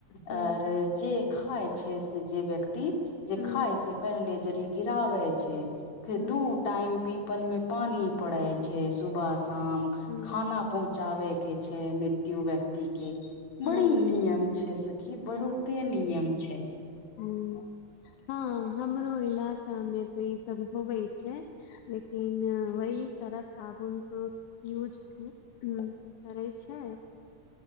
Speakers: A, on the left; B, on the left.
A: हूँ
B: आर। जे खाय छै से जे व्यक्ति जे
A: हूँ
B: खाय से पहिले जड़ गिरावे छै फेर
A: हूँ
B: दू टाइम। पीपल मे पानी पड़े छै सुबह शाम
A: हूँ
B: खाना चावे के छै मृत्यु व्यक्ति के
A: हूँ
B: बड़ी नियम छै सखी बड़। से नियम छै।
A: ह हँ हमरो इलाका मे तऽ ई सभ होवे छै लेकिन वह सर्फ साबुन त यूज। करै छै।